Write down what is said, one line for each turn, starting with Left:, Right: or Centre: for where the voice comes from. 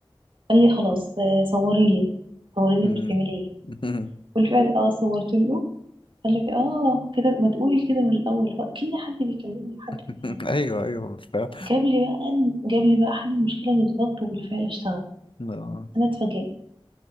Right: قال لي خلاص آه، صوري لي صوري لي
Left: مم.
Right: انت بتعملي ايه
Left: مم.
Right: بالفعل اه صورت له قال لي اه كده ما تقولي كده من الاول هو كأن حد بيكلمني وحد
Left: <laughs>
Right: معايا
Left: ايوه ايوه بالفعل
Right: جاب لي بقى جاب لي بقى حل المشكله بالظبط وبالفعل اشتغل
Left: آه،
Right: انا اتفاجئت